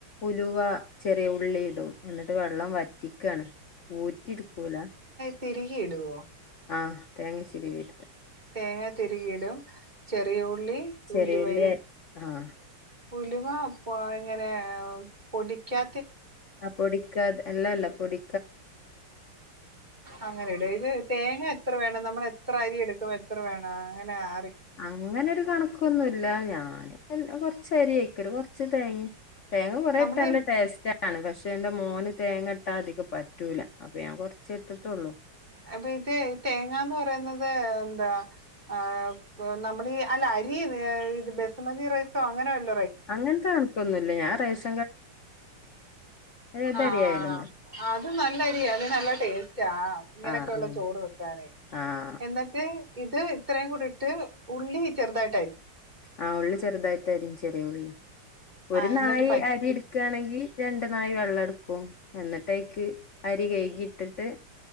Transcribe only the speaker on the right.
തിരികെ ഇടുവോ?
തേങ്ങ തിരികീടും. ചെറിയ ഉള്ളി
ഉലുവയും.
ഉലുവ എങ്ങനെ പൊടിക്കാ
അങ്ങനിടും ഇത് തേങ്ങ എത്ര വേണം നമ്മൾ എ എത്ര അരി എടുക്കും? എത്ര വേണം? അങ്ങനെ ആ
നമ്മളീ
അപ്പൊ, ഇത് ഈ തേങ്ങാന്ന് പറയുന്നത് എന്താ ആഹ് പ്പൊ നമ്മളി അല്ല അരി ഇത് ബസുമതി റൈസൊ അങ്ങനെ വല്ല
ആഹ് ആഹ്
അത് നല്ലരിയാ അത് നല്ല ടേസ്റ്റ് ആ ഇങ്ങനെയൊക്കെ
ഉള്ള
ചോറ് വെക്കാനേ
എന്നിട്ട് ഇത് ഇത്രയും കൂടിട്ട്. ഉള്ളി ചെറുതായി
ആഹ്
എന്നിട്ട് പറ്റി